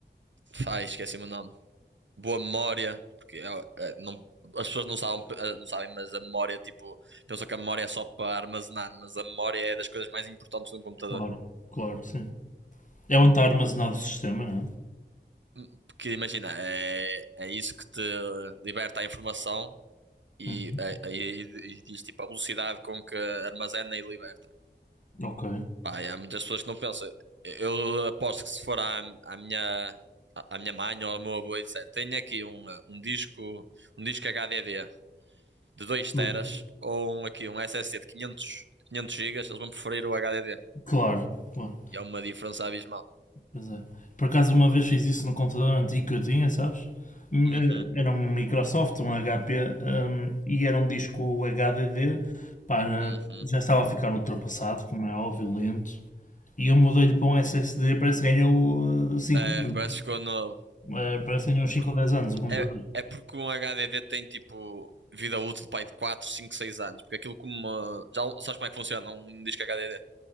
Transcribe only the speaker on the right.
ai, esqueci-me o nome, boa memória, porque eh, eh, não- as pessoas não sabem, eh, não sabem, mas a memória, tipo, pensam que a memória é só para armazenar, mas a memória é das coisas mais importantes de um computador.
Hum, Porque imagina, é, é isso que te liberta a informação e,
eh, e, e diz tipo a velocidade com que armazena e liberta.
Pá, e há muitas pessoas que não pensam. Eu aposto que se for à, à minha, à à minha mãe ou ao meu avô e disser, tenho aqui um, um disco, um disco HDD de dois
teras ou um, aqui um SSD de 500, 500 gigas, eles vão preferir o HDD.
E é uma diferença abismal.
Uhum,
uhum.
É,
parece que ficou novo.
Porque,
é, é porque um HDD tem tipo vida útil pai de 4 5 6 anos. Porque aquilo como. Já sabes como é que funciona um disco HDD?